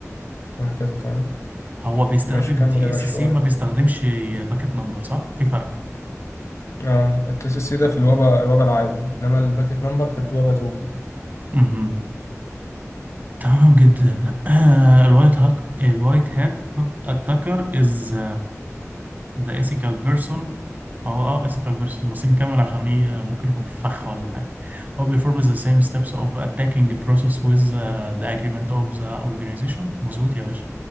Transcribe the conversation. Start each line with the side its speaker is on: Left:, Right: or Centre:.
Left: وهكذا تمام
Right: هو بيستخدم
Left: ماشي كمل
Right: تي
Left: يا
Right: اس
Left: باشا
Right: سي
Left: شوية
Right: ما بيستخدمش باكيت نمبر صح في فرق
Left: اه التي اس سي ده في الويبة الويبة العادي انما الباكت نمبر في الويبة 2
Right: مهم. تمام جدا آه، الوايت هاك الوايت هات اتاكر از ذا ethical بيرسون هو اه ethical بيرسون بس نكمل عشان ايه ممكن يكون في فخ ولا حاجة هو performs the same steps of attacking process with uh, the agreement of the organization مظبوط يا باشا